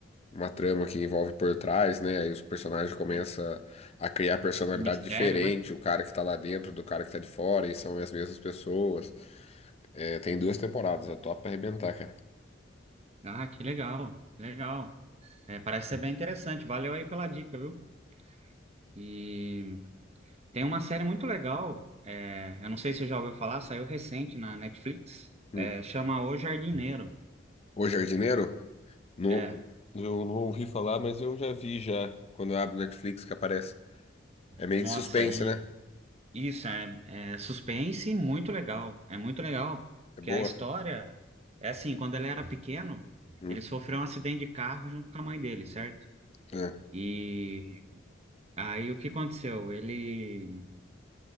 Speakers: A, on the left (about 35°); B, on the right (about 35°).
A: uma trama que envolve por trás, né? Aí os personagens começam
B: Um,
A: a criar personalidade
B: um mistério,
A: diferente,
B: né?
A: o cara que tá lá dentro do cara que tá de fora, e são as mesmas pessoas. É, tem duas temporadas, é top pra arrebentar, cara.
B: Ah, que legal, que legal. É, parece ser bem interessante. Valeu aí pela dica, viu? E tem uma série muito legal. é, eu não sei se você já ouviu falar, saiu recente na Netflix.
A: Hum.
B: é, chama O Jardineiro.
A: O Jardineiro? Não,
B: É,
A: eu não ouvi falar, mas eu já vi já. Quando eu abro Netflix que aparece. É meio
B: nossa,
A: de suspense,
B: e
A: né?
B: Isso, é, é suspense muito legal. É muito legal.
A: É
B: Porque
A: boa.
B: a história é assim, quando ele era pequeno,
A: Hum,
B: ele sofreu um acidente de carro junto com a mãe dele, certo?
A: é.
B: E aí o que aconteceu? Ele,